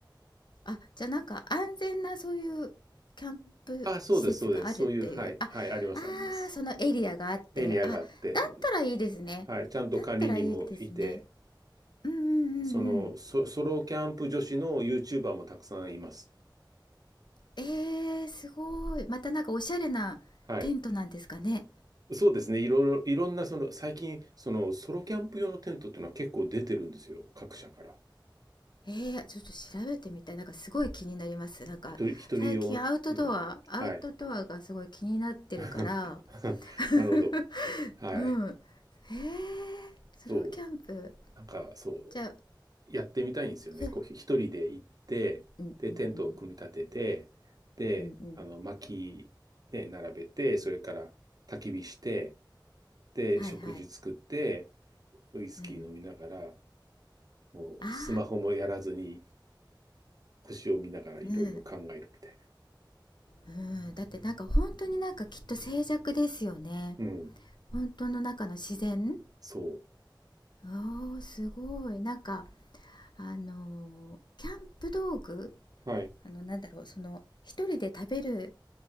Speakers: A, on the left; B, on the right.
A: あ、じゃあなんか安全なそういうキャンプ施設があるっていう。
B: あ、そうです、そうです。そういう、はい、
A: あ、
B: はい、
A: あ
B: あります、あります。
A: ー、そのエリアがあって、
B: エリアがあって、
A: あ、だったらいいですね。
B: はい、ちゃんと管理人もいて、
A: だったらいいですね。うんうんうんうん。
B: その、ソ、ソロキャンプ女子の YouTuber もたくさんいます。
A: えー、すごい。またなんかおしゃれなテントなんですかね。
B: はい。そうですね。いろいろ、いろんな、その、最近、その、ソロキャンプ用のテントっていうのは結構出てるんですよ。各社から。
A: えー、ちょっと調べてみたい。なんかすごい気になります。なんか最近アウトドア、
B: 一人、一人用、うん。
A: アウトドアがすごい気になってるから。
B: はい。<laughs>
A: <laughs>
B: なるほど。はい。
A: うん。えー、
B: そう。
A: ソロキャンプ。
B: なんか、そう。
A: じゃあ、
B: やってみたいんですよね。
A: そう
B: こう、ひ一人で行って、
A: んうんうん
B: で、テントを組み立てて、で、
A: うんうん。
B: あの、薪、ね、並べて、それから焚き火して、で、
A: はいはい。
B: 食事作って、ウイスキー飲みながら、
A: うん。
B: もう、
A: あ
B: スマホもやらずに、星を見ながらいろいろ考えるみたいな。
A: ー、うん。うん。だってなんか本当になんかきっと静寂ですよね。
B: うん。
A: 本当の中の自然。
B: そ
A: おーすごいなんかあのーキャンプ道具
B: う。はい。
A: あのなんだろうその一人で食べる